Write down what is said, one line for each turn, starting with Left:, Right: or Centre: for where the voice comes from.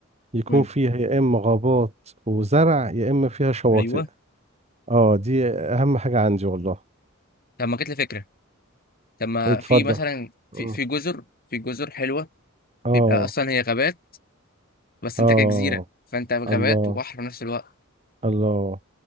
Right: يكون
Left: مم.
Right: فيها يا اما غابات وزرع يا اما فيها شواطئ
Left: ايوه
Right: اه دي اهم حاجة عندي والله
Left: طب ما جت لي فكرة طب ما
Right: اتفضل
Left: في مثلا في
Right: اه
Left: في جزر في جزر حلوة
Right: اه
Left: بيبقى اصلا هي غابات بس انت
Right: آه،
Left: كجزيرة فانت غابات
Right: الله
Left: وبحر في نفس الوقت
Right: الله